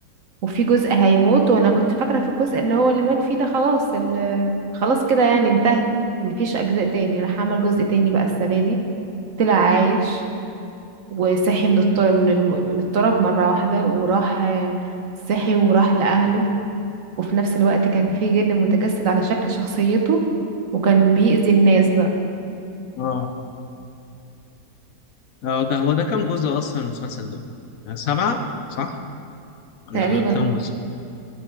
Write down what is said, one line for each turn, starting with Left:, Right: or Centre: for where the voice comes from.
Right: وفي جزء هيموت وانا كنت فاكرة في الجزء ان هو اللي مات فيه ده خلاص ال- خلاص كده يعني انتهت مفيش أجزاء تاني راح عمل جزء تاني بقى السنة دي طلع عايش وصحي من الط- من الم- من الطرب مرة واحدة وراح آه، صحي وراح لأهله وفي نفس الوقت كان في جن متجسد على شكل شخصيته وكان بيأذي الناس بقى
Left: اه آه، ده هو ده كام جزء اصلا المسلسل ده آه، سبعة صح ولا
Right: تقريبا
Left: كام جزء